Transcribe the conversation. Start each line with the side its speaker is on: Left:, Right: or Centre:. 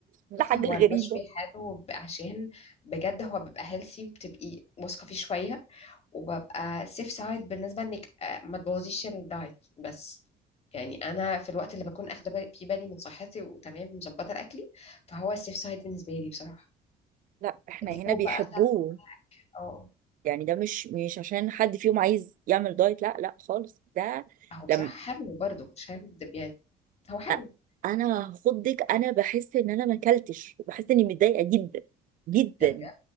Right: الحاجه
Left: بس هو
Right: الغريبه
Left: المشوي حلو عشان بجد هو بيبقى هيلثي وبتبقي واثقه فيه شويه وببقى سيف سايد بالنسبة انك آه، ما تبوظيش الدايت بس يعني انا في الوقت اللي بكون اخده بال- في بالي من صحتي وتمام مظبطة اكلي فهو السيف سايد بالنسبة لي بصراحة
Right: لا احنا
Left: اللي
Right: هنا
Left: هو
Right: بيحبوه
Left: بقى تاكل اه
Right: يعني ده مش مش عشان حد فيهم عايز يعمل دايت لا لا خالص ده
Left: هو بصراحة
Right: لما
Left: حلو برضه مش هنكدب يعني هو حلو
Right: أ- انا هخضك انا بحس ان انا ما اكلتش بحس اني متضايقه جدا جدا
Left: طب